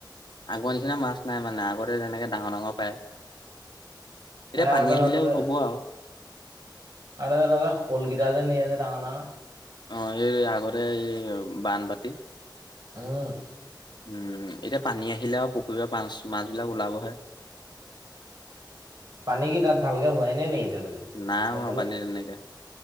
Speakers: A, on the left; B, on the right.
A: আগৰ নিচিনা মাছ নাই মানে আগতে যেনেকে ডাঙৰ ডাঙৰ পায় এতিয়া
B: এ আগতে
A: পানী আহিলে
B: তহঁতৰ
A: হ'ব আৰু
B: আৰু শলগেইটে নিয়জ তাঙ না
A: অ এই আগৰে এই বানপতি।
B: আহ।
A: উম এতিয়া পানী আহিলে আৰু পুখুৰী মাছ মাছবলাক ওলাবহে
B: পানী কি তাত ভালকে হোৱাই নে নে এতিয়ালৈকে
A: নাই
B: হ'বলৈ
A: হোৱা পানী তেনেকে